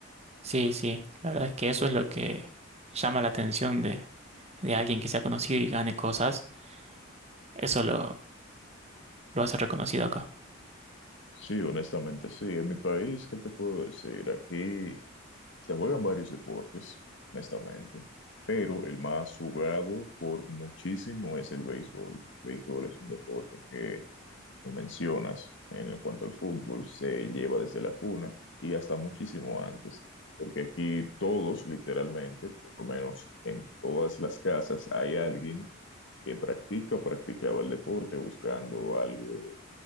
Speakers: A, on the right; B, on the left.
A: Sí, sí, la verdad es que eso es lo que llama la atención de, de alguien que sea conocido y gane cosas, eso lo, lo hace reconocido acá.
B: Sí, honestamente, sí. En mi país, ¿qué te puedo decir? Aquí. Se juegan varios deportes, honestamente, pero el más jugado por muchísimo es el béisbol. El béisbol es un deporte que, como mencionas, en cuanto al fútbol, se lleva desde la cuna y hasta muchísimo antes, porque aquí todos, literalmente, por lo menos en todas las casas, hay alguien que practica o practicaba el deporte buscando algo